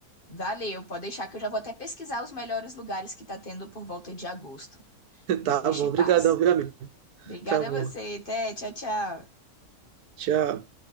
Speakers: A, on the left (about 35°); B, on the right (about 80°).
A: Valeu, pode deixar que eu já vou até pesquisar os melhores lugares que tá tendo por volta de agosto.
B: <laughs>
A: Depois
B: Tá bom,
A: te
B: obrigadão,
A: passo.
B: viu, amigo?
A: Obrigada
B: Tá bom,
A: a você, até, tchau, tchau.
B: tchau.